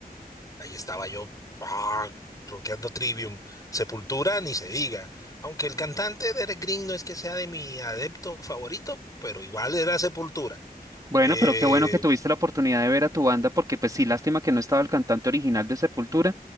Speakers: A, on the left; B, on the right.
A: Ahí estaba yo, ah, rockeando Trivium. Sepultura, ni se diga. Aunque el cantante de Eric Green no es que sea de mi adepto favorito, pero igual era Sepultura.
B: Bueno,
A: Eh,
B: pero qué bueno que tuviste la oportunidad de ver a tu banda, porque pues sí, lástima que no estaba el cantante original de Sepultura,